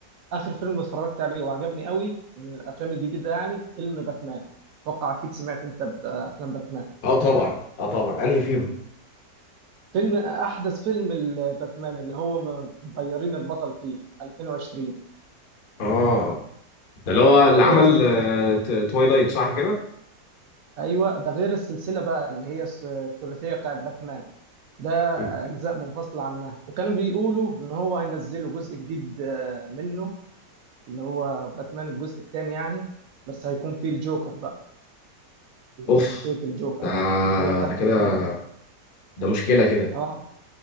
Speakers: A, on the right (about 65°); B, on the left (about 55°).
A: اخر فيلم اتفرجت عليه وعجبني قوي من الافلام الجديده يعني فيلم باتمان اتوقع اكيد سمعت انت بافلام باتمان
B: اه طبعا اه طبعا انهي فيهم
A: فيلم احدث فيلم الباتمان اللي هو م- مغيرين البطل فيه 2020
B: اه ده اللي هو اللي
A: ده غير
B: عمل
A: السلسله
B: توايلايت صح كده؟
A: ايوه ده غير السلسله بقى اللي هي الس- الثلاثيه بتاعت باتمان ده
B: مم.
A: اجزاء منفصله عنها وكانوا بيقولوا ان هو هينزلوا جزء جديد آه، منه اللي هو باتمان الجزء الثاني يعني بس هيكون فيه الجوكر بقى
B: اوف
A: شخصيه الجوكر
B: ده
A: اللي هي بتاعت
B: ده كده
A: الكوميك
B: ده مشكلة كده
A: اه